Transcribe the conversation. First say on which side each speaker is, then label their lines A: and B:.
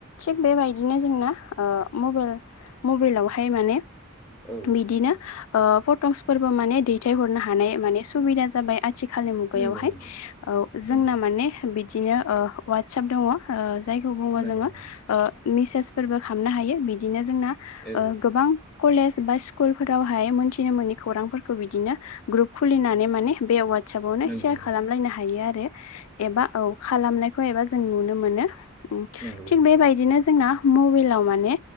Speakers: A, on the left; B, in the centre.
A: थिग बेबायदिनो जोंना ओ मबेल मबेलावहाय माने
B: औ
A: बिदिनो ओ फटकसफोरबो माने दैथायहरनो हानाय माने सुबिदा जाबाय आथ थिखालनि मुगायावहाय
B: नंगौ नंगौ
A: ओ जोंना
B: नंगौ
A: माने बिदिनो वाटसाप दङ। जायखौ बुङो
B: नंगौ
A: जोङो
B: नंगौ
A: ओ मेसेसफोरबो खामनो हायो। बिदिनो जोंना
B: औ
A: ओ
B: औ
A: गोबां कलेज बा स्कु कुल फोरावहाय मोनथिनो मोनि खौरांफोरखौ बिदिनो ग्रुप खुलिनानै माने बे वा <unintelligible>
B: नंगौ नंगौ
A: खालामलायनो हायो आरो एबा औ खालामनायखौ एबा जों नुनो मोनो ओम
B: नंगौ
A: थि
B: औ
A: बेबायदिनो जोंना मबेलाव माने